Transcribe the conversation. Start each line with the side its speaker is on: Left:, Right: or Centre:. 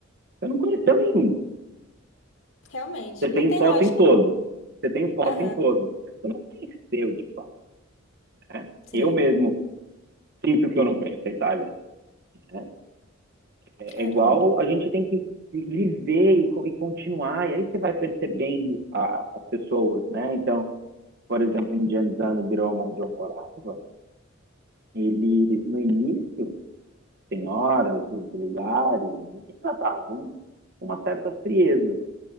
Right: Eu não conheceu nenhum.
Left: Realmente.
Right: Você tem
Left: Não tem
Right: foto
Left: lógica.
Right: em todos. Você tem foto
Left: Aham,
Right: em todos. Mas você não conheceu, de fato. Né?
Left: sim.
Right: Eu mesmo sinto que eu não conheço a Itália. Né? É,
Left: Caramba.
Right: é igual a gente tem que viver e, e continuar. E aí você vai percebendo a- as pessoas, né? Então, por exemplo, em Genzano di Roma, onde eu morava, ele, no início, senhoras, os lugares, eles tratavam uma certa frieza.